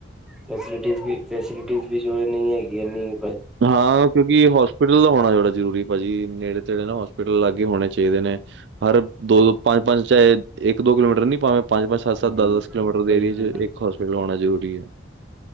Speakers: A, in the centre; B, on the right.
A: ਫੈਸਿਲਟੀਜ ਵੀ, ਫੈਸਿਲਟੀ ਵੀ ਜੋ ਨੀ ਹੈਗੀਆਂ ਏਨੀ।
B: ਹਾਂ। ਕਿਉਂਕਿ ਹੋਸ ਪਿਟਲ ਦਾ ਹੋਣਾ ਬੜਾ ਜ਼ਰੂਰੀ ਭਾਜੀ, ਨੇੜੇ ਤੇੜੇ ਨਾ ਹੋਸਪਿਟਲ ਲਾਗੇ ਹੋਣੇ ਚਾਹੀਦੇ ਨੇ। ਹਰ ਦੋ ਦੋ ਪੰਜ ਪੰਜ ਚਾਹੇ, ਇੱਕ ਦੋ ਕਿਲੋਮੀਟਰ ਨੀ ਭਾਵੇਂ ਪੰਜ ਪੰਜ, ਸੱਤ
A: ਹੂੰ,
B: ਸੱਤ, ਦਸ ਦਸ, ਕਿਲੋਮੀਟਰ ਦੇ
A: ਬਿਲਕੁਲ-ਬਿਲਕੁਲ।
B: ਏਰੀਏ ਚ ਇੱਕ ਹੋਸਪਿਟਲ ਹੋਣਾ ਜ਼ਰੂਰੀ ਏ